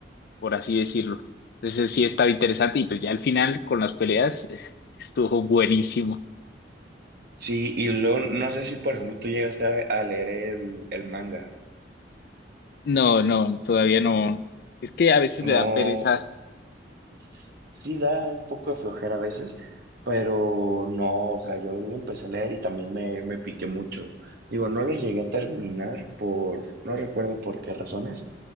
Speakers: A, on the left; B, on the right.
A: por así decirlo. Entonces sí estaba interesante y pues ya al final con las peleas eh, estuvo buenísimo.
B: Sí, y luego no sé si, por ejemplo, tú llegaste a, a leer el, el manga.
A: No, no, todavía no. Es que a veces
B: No,
A: me da pereza,
B: s- sí da un poco de flojera a veces, pero no, o sea, yo lo empecé a leer y también me, me piqué mucho. Digo, no lo llegué a terminar por, no recuerdo por qué razones,